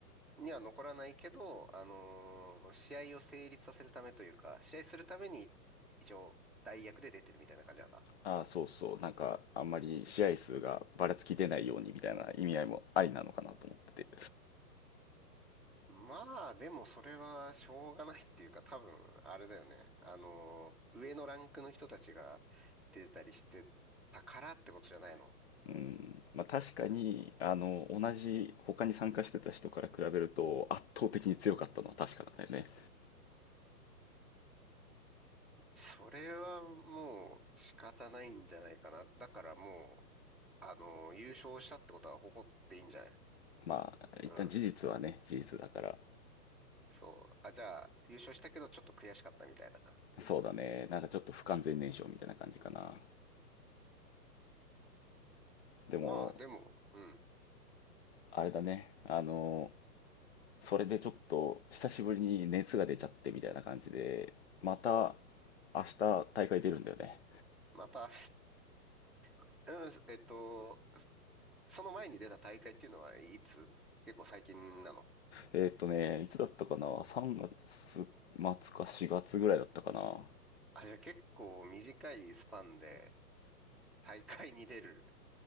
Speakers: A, in the centre; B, on the left (about 45°).
A: には残らないけど、あのー試合を成立させるためというか、試合するために一応代役で出てるみたいな感じなんだ。
B: ああ、そうそう。なんか、あんまり試合数がばらつき出ないようにみたいな意味合いもありなのかなと思ってて。
A: まあ、でもそれはしょうがないっていうか、多分、あれだよね。あのー上のランクの人たちが出たりしてたからってことじゃないの。
B: うん、まあ確かに、あの、同じ他に参加してた人から比べると圧倒的に強かったのは確かなんだよね。
A: それはもう仕方ないんじゃないかな。だからもう、あのー優勝したってことは誇っていいんじゃない
B: まあ、一旦事実はね、
A: うん。
B: 事実だから。
A: そう。あ、じゃあ、優勝したけどちょっと悔しかったみたいな。
B: そうだね。なんかちょっと不完全燃焼みたいな感じかな。でも、
A: まあ、でも、うん。
B: あれだね。あの、それでちょっと久しぶりに熱が出ちゃってみたいな感じで、また明日大会出るんだよね。
A: また明日 <laughs> うんえっと、その前に出た大会っていうのはいつ結構最近なの
B: えーっとね、いつだったかな ?3 月末か4月ぐらいだったかな。
A: あ、じゃあ結構短いスパンで大会に出る、